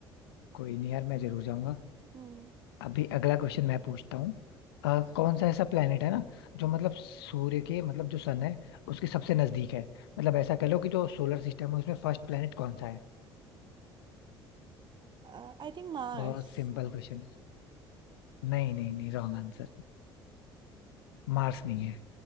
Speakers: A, on the left; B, on the right.
A: कोई नहीं यार मैं जरूर जाऊंगा
B: हम्म
A: अभी अगला क्वेश्चन मैं पूछता हूँ अ, कौन सा ऐसा प्लेनेट है ना जो मतलब सूर्य के मतलब जो सन है उसके सबसे नजदीक है मतलब ऐसा कह लो कि जो सोलर सिस्टम है उसमें फर्स्ट प्लेनेट कौन सा है
B: I think Mars
A: बहुत सिंपल क्वेश्चन नहीं नहीं नहीं रॉन्ग आंसर मार्स नहीं है